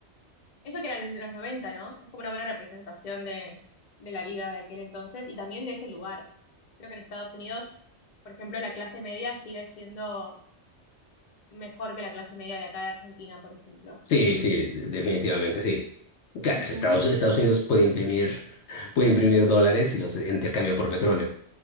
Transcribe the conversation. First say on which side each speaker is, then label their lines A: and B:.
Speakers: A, on the left; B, on the left.
A: Eso que eran los 90, ¿no? Es como una buena representación de, de la vida de aquel entonces y también de ese lugar. Creo que en Estados Unidos, por ejemplo, la clase media sigue siendo mejor que la clase media de acá de Argentina, por ejemplo.
B: Sí, sí, de- definitivamente sí. Claro,
A: Ujú,
B: es Estados, Estados Unidos puede imprimir, puede imprimir dólares y los intercambia por petróleo.